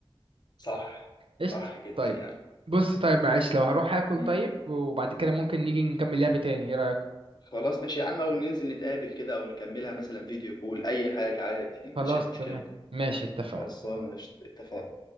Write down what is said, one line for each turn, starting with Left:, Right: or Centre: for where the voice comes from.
Left: صح
Right: قشطه
Left: صح جدا
Right: طيب
Left: يعني
Right: بص طيب معلش لو هروح اكل
Left: مم.
Right: طيب وبعد كده ممكن نيجي نكمل لعب تاني ايه رايك
Left: خلاص ماشي يا عم او ننزل نتقابل كده او نكملها مثلا فيديو كول اي حاجة عادي مش
Right: خلاص
Left: أي
Right: تمام
Left: مشكلة
Right: ماشي اتفقنا
Left: خلصانة قشطة. اتفقنا